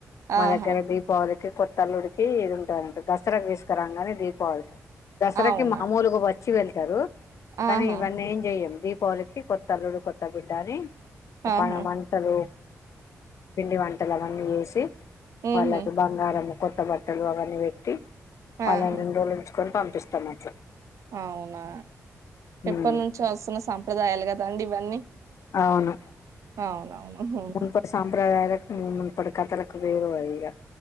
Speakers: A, on the left; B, on the right.
A: మ
B: ఆహా
A: దగ్గర దీపావలి లీ కొత్త అల్లుడికి ఇది ఉంటదంట దసరాకి తిసుకరాము కని దీపావళికి దసరాకి
B: అవునా
A: మామూలుగా వచ్చి వెళ్తారు కానీ
B: ఆహా
A: ఇవన్నీ ఏం చెయము దీపావళకి కొత్త అల్లుడు కొత్త బిడ్డ అని
B: ఆహా
A: పన మంటలు పిండి వంటలు అవన్నీ చేసి
B: ఉహు
A: వాళ్ళకి బంగారం కొ త్త బట్టలు అవన్నీ పెట్టి వాళ్ళని
B: ఆహా
A: రెండు రోజులు ఉంచుకొని పంపిస్తామట్ల
B: అవునా
A: ఉమ్
B: ఎప్పటి నుంచో వస్తున్న సంప్రదాయాలు కదండి ఇవన్నీ
A: అవును
B: అవునవును ఉహు
A: మున్పపటి సాంప్రదాాలకు మున్పపటి కథలకు వేరు వగు ఇగ